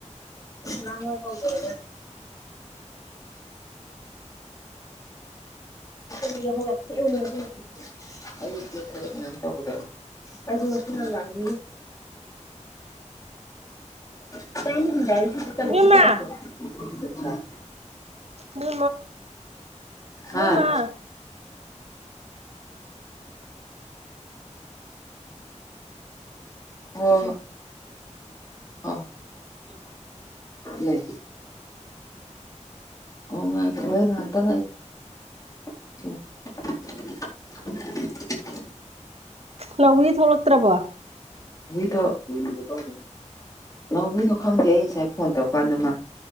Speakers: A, on the left; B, on the right.
A: ꯅꯪ ꯍꯕꯣꯏꯦ <unintelligible> ꯌꯥꯝ ꯊ ꯑꯌꯨꯛꯇ ꯇꯧꯕꯗ ꯀꯩ ꯋꯥꯁꯤꯔ ꯂꯒꯂꯤ ꯀꯃ ꯍꯗ ꯁꯤꯗꯤ ꯊꯂ
B: ꯕꯦꯝꯃ
A: ꯀꯌꯥꯁꯦ
B: ꯃꯣ
A: ꯑꯥ
B: ꯃ
A: ꯍ ꯍ ꯂꯩ ꯑꯣ ꯉꯥꯏ ꯏ ꯉꯇ ꯁꯤ
B: ꯅꯧꯋ ꯊ ꯊꯣꯛꯣꯂꯛꯇ꯭ꯔꯕ
A: ꯉꯧꯕꯒꯤꯗꯣ ꯈꯪꯗꯦ ꯑꯩ ꯉꯁꯥꯏ ꯐꯣꯟ ꯇꯧꯀꯥꯟꯗ ꯃꯥ